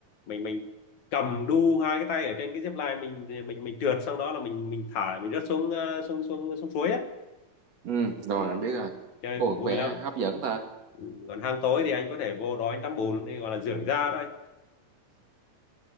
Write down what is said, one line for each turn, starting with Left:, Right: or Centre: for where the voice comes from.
Left: mình mình cầm đu hai cái tay ở trên cái zip line mình mình mình trượt xong đó là mình mình thả mình rớt xuống ờ, xuống xuống xuống suối á
Right: ừ rồi
Left: ừ,
Right: anh biết rồi
Left: chơi
Right: ồ
Left: cũng
Right: có
Left: vui
Right: vẻ
Left: lắm
Right: hấp dẫn ta
Left: Ừ, còn hang tối thì anh có thể vô đó anh tắm bùn đi gọi là dưỡng da đấy